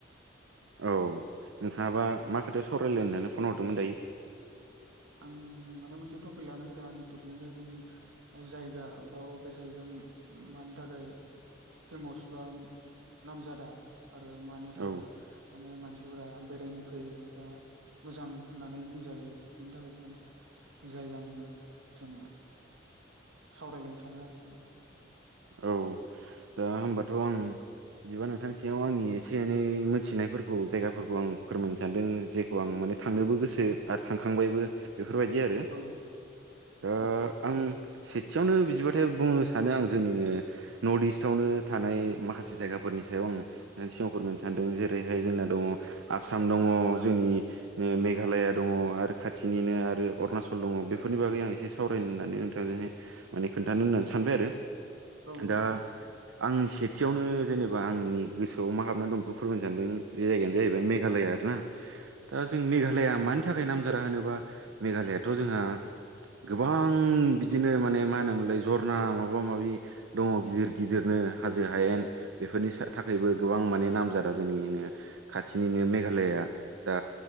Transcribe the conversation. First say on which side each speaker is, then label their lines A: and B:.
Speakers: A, on the right; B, on the right.
A: औ नोंथाङाबा मा खोथायाव सावरायलायनो होननानै फन हरदोंमोन दायो?
B: आं माने मोनसे टपिक लाना फैदों आंनि टपिकआनो जाहैदों जों जायगा बाव अबे जायगा मानि थाखाय फेमस बा नामजादा आरो मानि थाखाय
A: औ
B: माने मानसिफोरा बेरायनो फैयो बा मोजां होननानै बुंजायो बेनि थाखाय माने जायगानिबो जों सावरायलायनो सानो आरो एखौनो
A: औ दा होमबाथ' आं बिदिबा नोंथांसेयाव आंनि एसे एनै मिथिनायफोरखौ जायगाफोरखौ आं फोरमायनो सानदों जे खौ आं माने थांनोबो गोसो आरो थांखांबायबो बेफोरबायदि आरो
B: औ
A: दा
B: औ
A: आं सेथियावनो बिदिबाथाय बुंनो सानो आं जोंनिनो नर्थ इस्टआवनो थानाय माखासे जायगाफोरनि सायाव आं नोंनि सिगाङाव फोरमायनो सानदों जेरैहाय जोंना दङ आसाम दङ जोंनि नो मेघालया दङ आरो खाथिनिनो आरो अरुणाचल दङ बेफोरनि बागै आं एसे सावरायनो होननानै नोंथांजोंहाय माने खोन्थानो होननानै सानबाय आरो
B: औ
A: दा आं सेथियावनो जेनेबा आंनि गोसोआव मा हाबनानै दं बेखौ फोरमायनो सानदों बे जायगायानो जाहैबाय मेघालया आरोना दा
B: औ
A: जों मेघालया मान थाखाय नामजादा होनोबा मेघालयाथ' जोंहा गोबां बिदिनो माने मा होनोमोनलाय जरना माबा माबि दङ गिदिर गिदिरनो हाजो हायेन बेफोरनि सा थाखायबो गोबां माने नामजादा जोंनिनो खाथिनिनो मेघालया दा